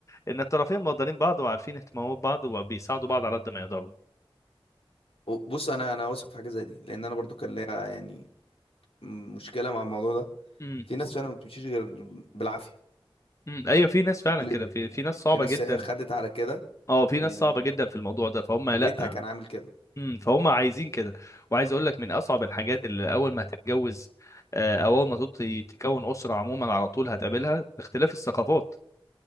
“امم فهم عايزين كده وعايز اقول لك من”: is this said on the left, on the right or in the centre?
Left